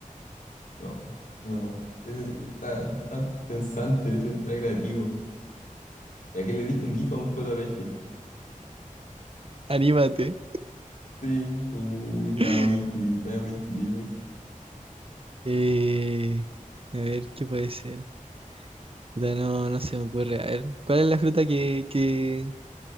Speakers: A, on the left; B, on the right.
A: No, no, ese está, está pensante, ese está creativo. ¿Y a qué le dijo un GIF a un JPG?
B: Anímate.
A: Sí, uy, está
B: <laughs>
A: muy intuitivo, está muy intuitivo ese.
B: Eh, a ver, ¿qué puede ser? Puta, no, no se me ocurre. A ver, ¿cuál es la fruta que, que...